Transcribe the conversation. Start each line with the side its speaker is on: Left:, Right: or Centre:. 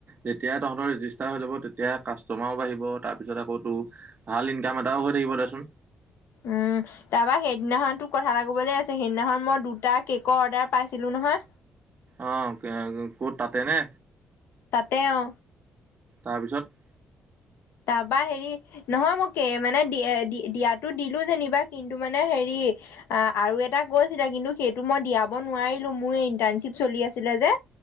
Right: যেতিয়া তহঁতৰ ৰেজিষ্টাৰ হৈ যাব তেতিয়া কাষ্টটমাৰো বাঢ়িব তাৰ পিছত আকৌ তোৰ ভাল ইনকাম এটাও হৈ থাকিব দেচোন
Left: উম। তাৰপৰা সেইদিনাখনতো তোক কথা এটা কবলে আছে সেইদিনাখন মই দুটা কেকৰ অৰ্ডাৰ পাইছিলো নহয়।
Right: অ ক'ত তাতে নে
Left: তাতে অ
Right: তাৰপিছত
Left: তাৰপা হেৰি নহয় মোক এ মানে দি দিয়াতো দিলো যেনিবা কিন্তু মানে হেৰি অ আৰু এটা কৈছিলে কিন্তু সেইটো মই দিয়াব নোৱাৰিলো মোৰ ইণ্টাৰ্ণশ্বিপ চলি আছিলে যে